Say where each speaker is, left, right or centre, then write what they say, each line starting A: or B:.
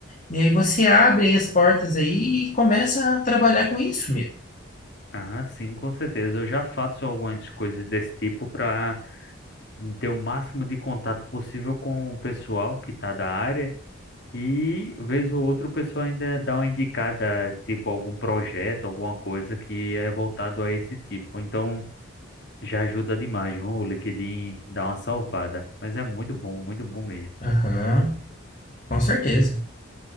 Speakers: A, on the left (about 35°); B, on the left (about 55°).
A: e aí você abre aí as portas aí e começa a trabalhar com isso, amigo.
B: Ah, sim, com certeza. Eu já faço algumas coisas desse tipo para ter o máximo de contato possível com o pessoal que está da área. E, vez ou outra, o pessoal ainda dá uma indicada, tipo, algum projeto, alguma coisa que é voltado a esse tipo. Então, já ajuda demais, viu? O LinkedIn dá uma salvada. Mas é muito bom, muito bom mesmo.
A: Aham, com certeza.